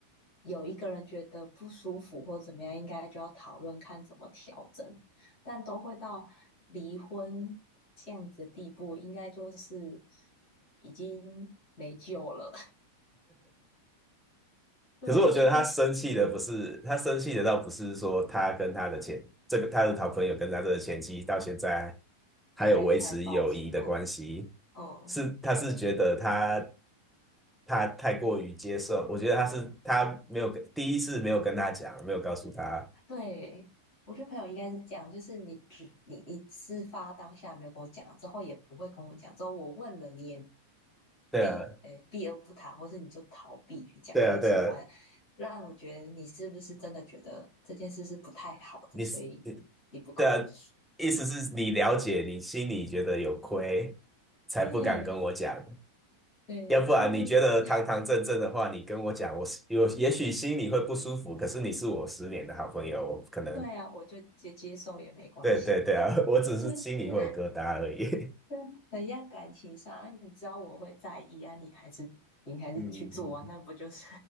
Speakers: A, on the left (about 45°); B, in the centre.
A: 有一个人觉得不舒服或怎么样，应该就要讨论看怎么调整，但都会到离婚这样子的地步，应该就是已经没救了。<laughs> 对，
B: 可是我觉得他生气的不是他生气的，
A: 就是，嗯，
B: 倒不是说他跟他的前这个他的好朋友跟他的前妻到现在还有维持友谊的关系，
A: 还还保持，嗯嗯，
B: 是他是觉得他他太过于接受，我觉得他是他没有跟第一次没有跟他讲，没有告诉他，
A: 对，我觉得朋友应该是这样，就是你只你你事发当下没有跟我讲，之后也不会跟我讲，之后我问了你也
B: 对啊
A: 避，诶，避而不谈，或是你就逃避去讲这件事，
B: 对啊对啊，
A: 反正让我觉得你是不是真的觉得这件事是不太好的，
B: 你是你对啊，
A: 所以你不跟我说。
B: 意思是你了解，你心里觉得有亏，才不敢跟我讲，
A: 对对，
B: 要不然你觉得堂堂正正的话，
A: 就是就
B: 你跟我讲，我是有也许心里会不舒服，可是你是我十年的好朋友，我可能
A: 对啊，我就接接受也没关系，
B: 对对对啊，<laughs> 我只是心里会有疙瘩而已。
A: 就就
B: <laughs>
A: 对，很像感情上啊，你知道我会在意啊，你还是你还是去做啊，
B: 嗯嗯，
A: 那不就是